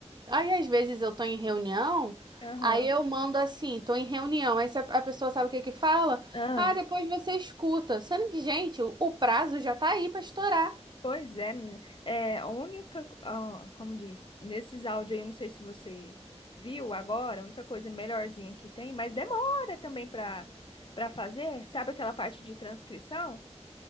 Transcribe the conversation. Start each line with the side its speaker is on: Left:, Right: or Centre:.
Right: Aí às vezes eu tô em reunião,
Left: Aham.
Right: aí eu mando assim, tô em reunião, aí se a a pessoa sabe o que que fala,
Left: Ah,
Right: ah, depois você escuta. Sendo que, gente, o, o prazo já tá aí pra estourar.
Left: pois é, menina. É, a única, co- ah, como diz, nesses áudios aí, eu não sei se você viu agora, a única coisa melhorzinha que tem, mas demora também para para fazer. Sabe aquela parte de transcrição?